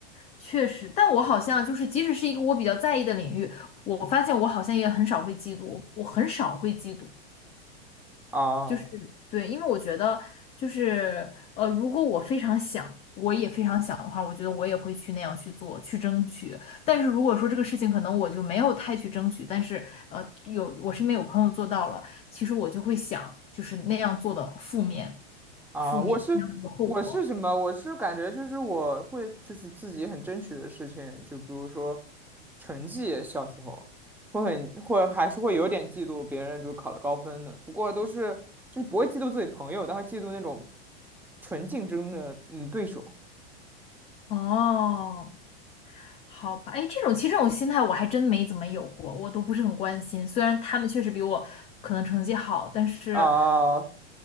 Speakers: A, on the left; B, in the centre.
A: 确实，但我好像就是即使是一个我比较在意的领域，我发现我好像也很少会嫉妒，我很少会嫉妒，
B: 啊。
A: 就是对，因为我觉得就是呃，如果我非常想，我也非常想的话，我觉得我也会去那样去做，去争取。但是如果说这个事情可能我就没有太去争取，但是呃，有我身边有朋友做到了，其实我就会想，就是那样做的负面，
B: 啊，
A: 负面那样做的后果。
B: 我是我是什么？我是感觉就是我会就是自己很争取的事情，就比如说成绩，小时候会很会还是会有点嫉妒别人就考了高分的，不过都是就是不会嫉妒自己朋友，但会嫉妒那种纯竞争的嗯对手
A: 哦，好吧，哎，这种其实这种心态我还真没怎么有过，我都不是很关心。虽然他们确实比我可能成绩好，但是。
B: 啊